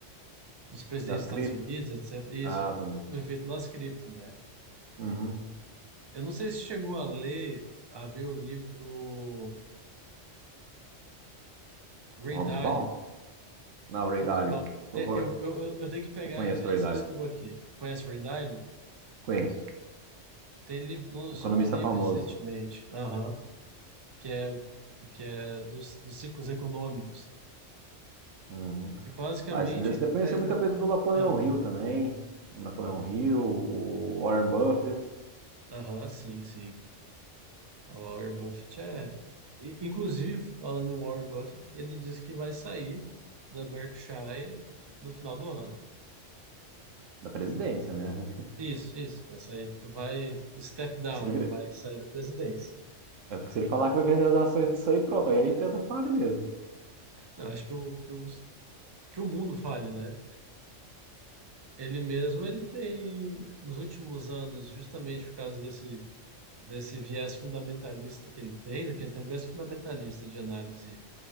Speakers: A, on the right (about 25°); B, on the right (about 90°).
A: dos presidentes
B: Das
A: dos
B: cripto?
A: Estados Unidos, etc. Isso,
B: Ah, tá. nos-
A: o efeito das cripto, né?
B: Uhum.
A: Eu não sei se chegou a ler, a ver o livro do Ray
B: Do Hobbs
A: Dalio,
B: Ball? Não, o Ray
A: Hobsbawm.
B: Dalio. Eu,
A: É,
B: eu,
A: eu, eu, eu eu tenho que pegar
B: eu conheço
A: a referência
B: o Ray Dalio.
A: sua aqui. Conhece o Ray Dalio?
B: Conheço.
A: Tem, ele lançou
B: Economista
A: um livro
B: famoso.
A: recentemente, aham, que é, que é dos, dos ciclos econômicos.
B: Uhum.
A: E basicamente
B: Ah, esse desse
A: ele
B: deve
A: pega.
B: conhecer muita coisa do Napoleão
A: Ah,
B: Hill também. O Napoleão Hill, o Warren Buffett,
A: aham, sim, sim. O Warren Buffett é. I- Inclusive, falando em Warren Buffett, ele disse que vai sair da Berkshire no final do ano.
B: da presidência, né? <laughs>
A: Isso, isso, vai sair. Vai step down,
B: Porque se ele-
A: é, vai sair da presidência.
B: É porque se ele falar que vai vender as ações disso aí, pronto, aí a empresa falha mesmo.
A: Eu acho que o, que o, que o mundo fale, né? Ele mesmo, ele tem, nos últimos anos, justamente por causa desse, desse viés fundamentalista que ele tem, né? Que ele tem um viés fundamentalista de análise